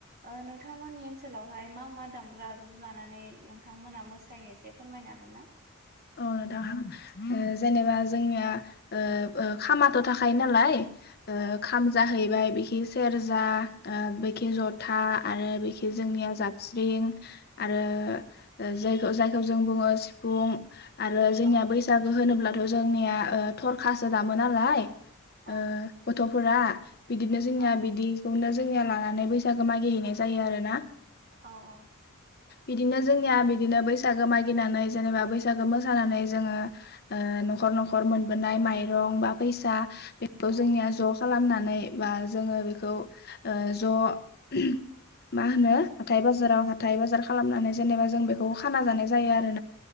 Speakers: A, on the right; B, on the left.
A: ओ नोंथांमोननि ओनसोलावहाय मा मा दामग्रा आगजु लानानै नोंथांमोना मोसायो फोरमायनो हागोन ना?
B: औ <unintelligible> जेनेबा जोंनिया ओ ओ खामाथ' थाखायो नालाय ओ
A: औ
B: खाम जाहैबाय बिखि सेरजा अ बिखि जथा आरो बिखि जोंनिया जाबस्रिं आरो जायखौ जायखौ जों बुङो सिफुं आरो जोंनिया
A: औ
B: बैसागो होनोब्लाथ' जोंनिया ओ थरखासो दामो नालाय
A: औ
B: ओ गथ'फोरा बिदिनो जोंनिया
A: औ
B: बिदिखौनो जोंनिया लानानै बैसागो मागिहैनाय जायो आरोना।
A: औ औ
B: बिदिनो जोंनिया बिदिनो बैसागो मागिनानै जेनेबा बैसागु <unintelligible> मोसानानै जोङो ओ न'खर न'खर मोनबोनाय माइरं बा फैसा बेखौ
A: औ
B: जोंनिया ज' खालामनानै बा जोङो बेखौ ओ ज' <unintelligible> मा होनो हाथथाय बाजाराव हाथाय बाजार खालामनानै जेनेबा जों बेखौ
A: औ
B: खाना जानाय जायो आरो।